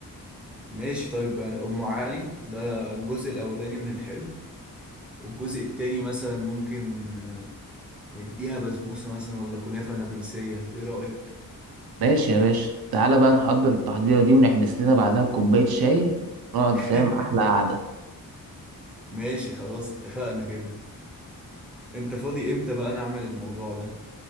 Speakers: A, in the centre; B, on the right.
A: ماشي طيب يعني أم علي ده الجزء الأولاني من الحلو والجزء التاني مثلا ممكن نديها بسبوسة مثلا ولا كنافة نابلسية إيه رأيك؟
B: ماشي يا باشا تعالى بقى نحضر التحضيره دي ونحبس لنا بعدها بكوبايه شاي نقعد
A: <laughs>
B: فاهم احلى قعده
A: ماشي خلاص اتفقنا كده أنت فاضي إمتى بقى نعمل الموضوع ده؟